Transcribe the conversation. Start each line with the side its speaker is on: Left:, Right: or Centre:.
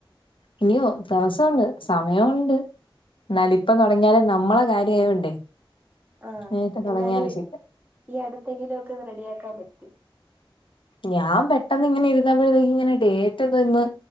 Left: ഇനിയോ താസോണ്ട് സമയുണ്ട്. എന്നാലും ഇപ്പം തുടങ്ങിയാലെ നമ്മളെ കാര്യയോണ്ടേ
Right: ആഹ്
Left: നേരത്തെ
Right: എന്നാല്
Left: തുടങ്ങിയാലെശ
Right: ഈ അടുത്തെങ്കിലും ഒക്കെ അത് റെഡിയാക്കാൻ പറ്റും.
Left: ഞാൻ പെട്ടെന്ന് ഇങ്ങനെ ഇരുന്നപ്പോഴത്തേക്കങ്ങനെ ഡേറ്റ് എന്തഇന്ന്